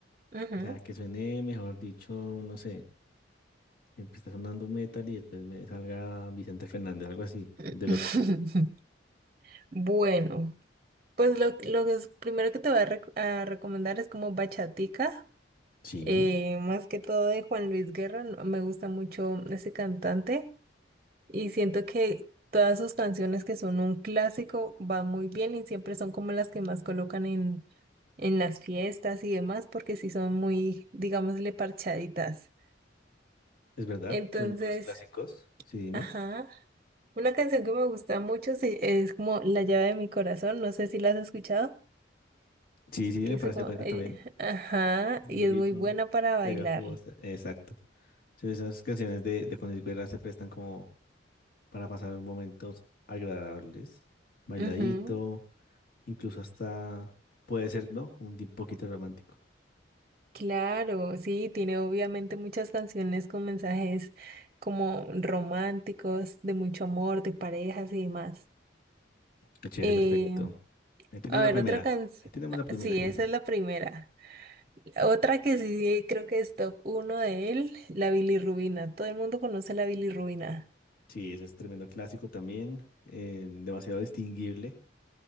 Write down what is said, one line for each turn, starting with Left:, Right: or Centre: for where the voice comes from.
Right: Ujú.
Left: o sea, que suene, mejor dicho, no sé. Empieza sonando un metal y después me salga Vicente Fernández, algo así,
Right: <laughs>
Left: de loco.
Right: Bueno. Pues lo, lo que es- primero que te voy a, rec- a recomendar es como Bachatica,
Left: Sí.
Right: eh, más que todo de Juan Luis Guerra, no- me gusta mucho ese cantante y siento que todas sus canciones que son un clásico van muy bien y siempre son como las que más colocan en, en las fiestas y demás porque sí son muy, digámosle, parchaditas.
Left: Es verdad,
Right: Entonces,
Left: son unos clásicos. Sí, dime.
Right: ajá, una canción que me gusta mucho sí, es como La llave de mi corazón, no sé si la has escuchado.
Left: Sí, sí, me
Right: que hizo
Left: parece
Right: como,
Left: buena
Right: eh,
Left: también.
Right: ajá,
Left: Buen
Right: y es
Left: ritmo,
Right: muy buena para bailar.
Left: pegajosa. Exacto. Sí, esas canciones de, de Juan Luis Guerra se prestan como para pasar momentos agradables, bailadito,
Right: Ujú,
Left: incluso hasta puede ser, ¿no? Como Un di- poquito romántico.
Right: Claro, sí, tiene obviamente muchas canciones con mensajes como románticos, de mucho amor, de parejas y demás.
Left: Qué Chévere,
Right: Eh,
Left: perfecto. Ahí tenemos
Right: a ver,
Left: la primera.
Right: otra canción,
Left: Ahí tenemos la primera.
Right: sí,
Left: <laughs>
Right: esa es la primera. Otra que sí creo que es top uno de él, la bilirrubina. Todo el mundo conoce la bilirrubina.
Left: Sí, ese es tremendo clásico también, eh, demasiado distinguible